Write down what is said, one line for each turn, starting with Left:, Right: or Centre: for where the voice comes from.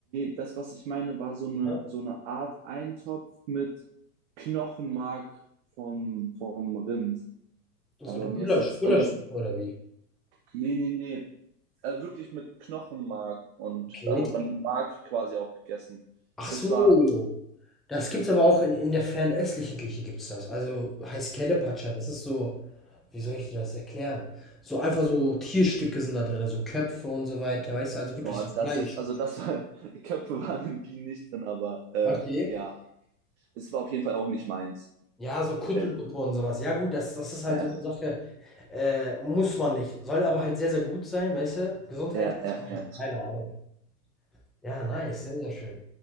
Right: das, was ich meine, war so eine,
Centre: Ja?
Right: so eine Art Eintopf mit Knochenmark vom, vom Rind. Aber
Centre: So eine Gulasch,
Right: mir ist jetzt,
Centre: Gulaschsuppe
Right: oder,
Centre: oder wie?
Right: nee, nee, nee, äh, wirklich mit Knochenmark und
Centre: Okay.
Right: da hat man die Mark quasi auch gegessen.
Centre: Ach
Right: Das
Centre: so.
Right: war
Centre: Das gibt's aber auch in, in der fernöstlichen Küche gibt's das. Also heißt Kelepatscha, das ist so, wie soll ich dir das erklären? So einfach so Tierstücke sind da drin, so Köpfe und so weiter, weißt du, also wirklich
Right: Boah,
Centre: so
Right: das
Centre: Fleisch.
Right: jetzt, also das war, <laughs> die Köpfe waren in Bienen nicht drin, aber äh,
Centre: Okay.
Right: ja, es war auf jeden Fall auch nicht meins.
Centre: Ja, so Kuttelsuppe
Right: Äh,
Centre: und sowas. Ja, gut, das, das ist halt
Right: Ja,
Centre: so eine Sache, äh, muss man nicht. Soll aber halt sehr, sehr gut sein, weißt du? Gesundheitlich.
Right: ja, ja, ja.
Centre: Keine Ahnung. Ja, nice, sehr, sehr schön.